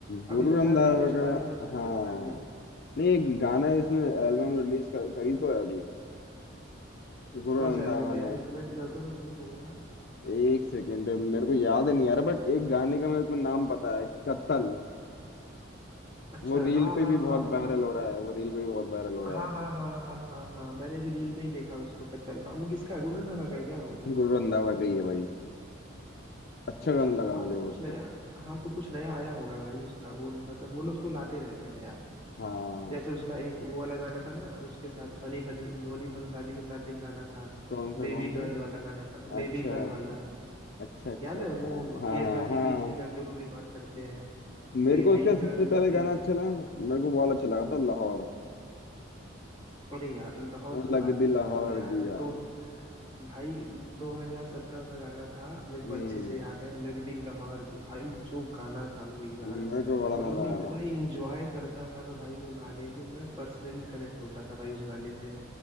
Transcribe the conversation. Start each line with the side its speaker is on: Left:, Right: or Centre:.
Right: अभी
Left: गुरु
Right: तो
Left: रंधावा
Right: शायद लेटेस्ट
Left: का
Right: वाले में उसने
Left: हाँ
Right: बंद कर दिया
Left: नहीं एक गाना इसने एल्बम रिलीज कर, करी तो है अभी गुरु
Right: कौन
Left: रंधावा
Right: सा एल्बम है यार
Left: ने
Right: रिकमेंड कर दो मैं सुन लूंगा
Left: एक सेकेंड मेरे को याद नहीं आ रहा बट एक गाने का मेरे को नाम पता है कत्ल
Right: अच्छा
Left: वो रील
Right: हाँ
Left: पे
Right: हाँ
Left: भी बहुत
Right: हाँ हाँ
Left: वायरल हो रहा है वो रील पे भी बहुत वायरल हो रहा
Right: हाँ
Left: है
Right: हाँ हाँ हाँ हाँ हाँ मैंने भी रील में ही देखा उसको कत्ल हाँ वो किसका है गुरु रंधावा का है क्या वो
Left: गुरु रंधावा का ही है भाई अच्छा
Right: अच्छा
Left: गाना लगा
Right: हाँ
Left: मुझे
Right: तो कुछ
Left: वो उसका
Right: नया हाँ तो कुछ नया आया होगा भाई उसका वो मतलब वो लोग तो लाते रहते हैं यार
Left: हाँ
Right: जैसे उसका एक वो वाला गाना था ना उसके साथ ध्वनि भन ध्वनि भानुशाली के साथ एक गाना था
Left: कौन सा
Right: बेबी
Left: कौन सा
Right: गर्ल वाला गाना था बेबी
Left: अच्छा
Right: गर्ल वाला
Left: अच्छा अच्छा
Right: याद
Left: अच्छा
Right: है वो
Left: हाँ
Right: केरला
Left: हाँ
Right: के
Left: हाँ
Right: बीच पे जाके वो लोग रिकॉर्ड करते हैं
Left: मेरे
Right: Baby
Left: को उसका सबसे
Right: girl
Left: पहले गाना
Right: baby
Left: अच्छा लगा मेरे को वो वाला अच्छा लगा था लाहौर
Right: अरे यार लाहौर
Left: वो
Right: की
Left: लग
Right: बात
Left: दी
Right: ही मत
Left: लाहौर
Right: करो यार
Left: दिया
Right: दो भाई 2017 का गाना था मेरे को
Left: हम्म
Right: अच्छे से याद है लग दी लाहौर भाई जो गाना था वो यार
Left: मेरे को बड़ा
Right: मतलब
Left: मजा
Right: मैं
Left: आया
Right: इतना इंजॉय करता था ना भाई वो गाने को मैं पर्सनली कनेक्ट होता था भाई उस गाने से